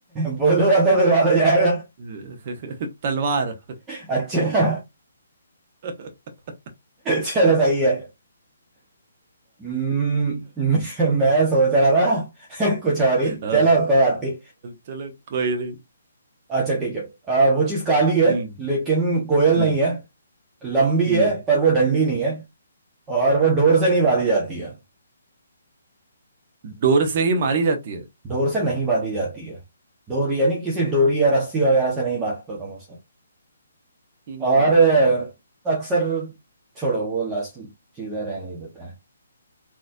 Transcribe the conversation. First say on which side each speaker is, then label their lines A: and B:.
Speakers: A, on the right; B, on the right.
A: बोलूंगा तो बर्बाद हो जाएगा
B: <laughs> तलवार
A: अच्छा
B: आ,
A: चलो सही है हम्म, <laughs> मैं मैं सोच रहा था <laughs> कुछ और ही
B: आ,
A: चलो कोई बात नहीं
B: चलो कोई नहीं
A: अच्छा ठीक है अ, वो चीज काली है
B: हम्म
A: लेकिन कोयल
B: हम्म
A: नहीं है लंबी
B: हम्म
A: है पर वो डंडी नहीं है और वो डोर से नहीं बांधी जाती है
B: डोर से ही मारी जाती है
A: डोर से नहीं बांधी जाती है डोर यानी किसी डोरी या रस्सी वगैरह से नहीं बांधते तुम उसे
B: हम्म,
A: और अ, अक्सर छोड़ो वो लास्ट चीजें रहने देते हैं